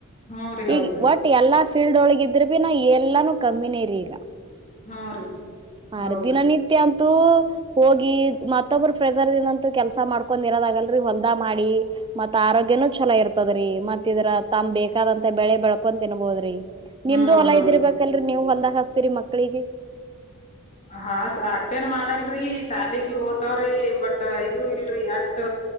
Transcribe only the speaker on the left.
ಹ್ಮ್ ರೀ ಹೌದ್ರಿ
ಹು ರೀ.
ಹೌದ್ರಿ
ಹ್ಮ್
ಹ್ಮ್
ಹಾಸ್ ಅಟೆನ್ ಮಾಡಲ್ರಿ ಸಾಲಿಗ್ ಭಿ ಹೋತವ್ರಿ ಬಟ್ ಇದು ಇಲ್ರಿ ಅಟ್